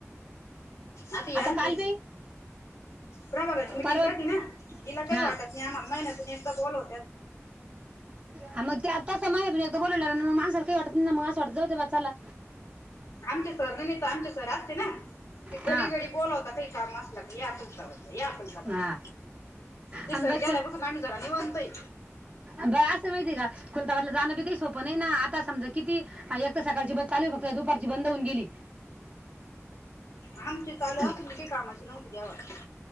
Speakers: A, on the left; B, on the right.
A: आता याणखी
B: काल बी
A: <unintelligible> मिटिंग
B: परवा
A: राते ना, इला काय
B: हा
A: वाटत ये आम्हाला महिन्यातून एकदा बोलव
B: हा मग त्यात तस महिन्यातून एकदा बोलवलावर मग माणसाला काही वाटत नाही मग असं वाटत जाऊ दे बा चाला.
A: आमचे सर बी नेता. आमचे सर असते ना, ते घडी
B: हा
A: घडी बोलवतातही काम असला कि या तुलचा बदला या तुलता बदला
B: हा
A: ते
B: आणि
A: सर
B: बाई
A: गेल्यापासून आम्ही जरा निवांत हे.
B: बर असं माहिती आहे का खुलताबादला जाणं बी काही सोपं नाही ना, आता समजा किती हा एक त सकाळची बस चालू फक्त, दुपारची बंद होऊन गेली.
A: आमची चालू
B: आणि
A: असून बी काही कामाची नव्हती तेव्हा.